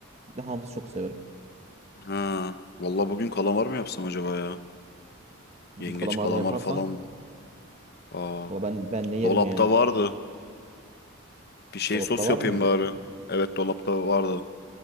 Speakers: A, on the right (about 30°); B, on the left (about 50°).
A: Bir de hamsi çok severim.
B: Ha, vallahi bugün kalamar mı yapsam acaba ya?
A: Bugün
B: Yengeç
A: kalamarı
B: kalamar
A: yaparsan
B: falan. Aa,
A: valla ben ben ne yerim
B: dolapta
A: yani.
B: vardı. Bir şey
A: Dolapta
B: sos
A: var
B: yapayım
A: mıydı?
B: bari. Evet dolapta vardı.